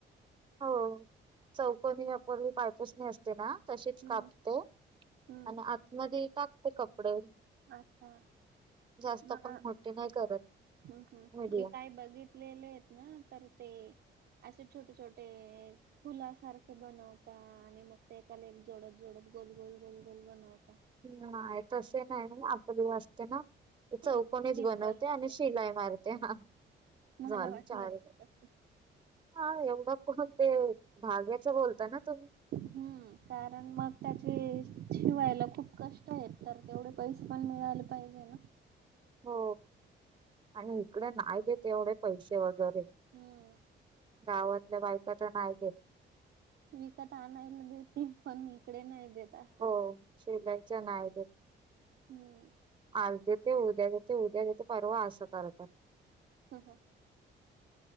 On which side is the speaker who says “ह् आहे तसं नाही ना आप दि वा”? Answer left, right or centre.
Right